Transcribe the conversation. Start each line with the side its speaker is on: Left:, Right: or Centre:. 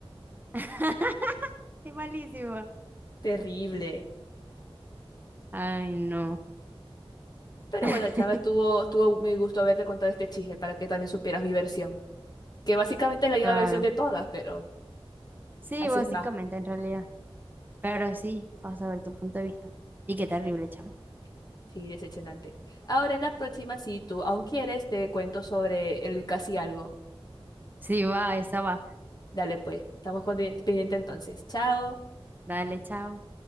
Right: <laughs> Qué malísimo.
Left: Terrible.
Right: Ay, no.
Left: Pero
Right: <laughs>
Left: bueno, Chava, estuvo, estuvo muy gusto haberte contado este chisme para que también supieras mi versión. que básicamente es la misma
Right: Claro.
Left: versión de todas, pero
Right: Sí,
Left: así
Right: básicamente,
Left: es más.
Right: en realidad. Pero sí, vas a ver tu punto de vista. Y qué
Left: Exacto.
Right: terrible, chamo.
Left: Sí, decepcionante. Ahora en la próxima, si tú aún quieres, te cuento sobre el casi algo.
Right: Sí, va, esa va.
Left: Dale pues, estamos condi- pendiente entonces. Chao.
Right: Dale, chao.